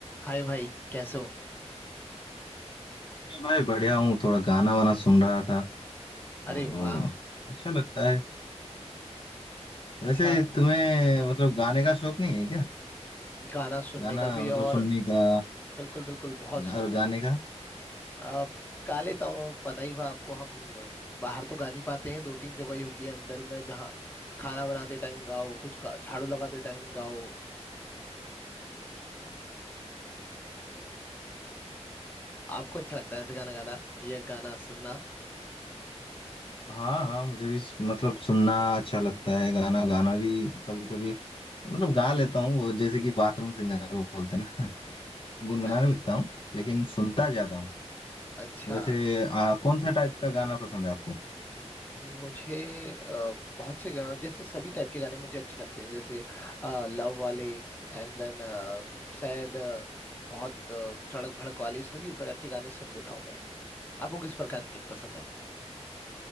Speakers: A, on the left; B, on the left.
A: हाय भाई कैसे हो
B: जी भाई बढ़िया हूँ थोड़ा गाना वाना सुन रहा था मतलब
A: अरे वाह
B: अ, अच्छा लगता है
A: अच्छा
B: वैसे तुम्हें मतलब गाने का शौक नहीं है क्या
A: गाना सुनने
B: गाना
A: का भी
B: मतलब
A: और
B: सुनने का
A: बिल्कुल बिल्कुल बहुत शौक
B: और गाने
A: है
B: का
A: आ, गा लेता हूँ पता ही था आपको हम बाहर तो गा नहीं पाते हैं दो तीन जगह ही होती है अंदर में जहाँ खाना बनाते टाइम गाओ कुछ खा- झाड़ू लगाते टाइम गाओ आपको अच्छा लगता है ऐसे गाना गाना या गाना सुनना
B: हाँ हाँ मुझे भी स- मतलब सुनना अच्छा लगता है गाना गाना भी कभी कभी मतलब गा लेता हूँ वो जैसे कि बाथरूम सिंगर वो बोलते हैं ना <laughs> गुनगुनाने
A: अरे
B: लगता हूँ लेकिन सुनता ज्यादा हूँ
A: अच्छा
B: वैसे आ, कौन सा टाइप का गाना पसंद है आपको
A: मुझे अ, बहुत से गाने जैसे सभी टाइप के गाने मुझे अच्छे लगते हैं जैसे लव वाले एंड देन सैड बहुत अ, चड़क भड़क वाले सभी प्रकार के गाने सुन लेता हूँ मैं आपको किस प्रकार के पसंद है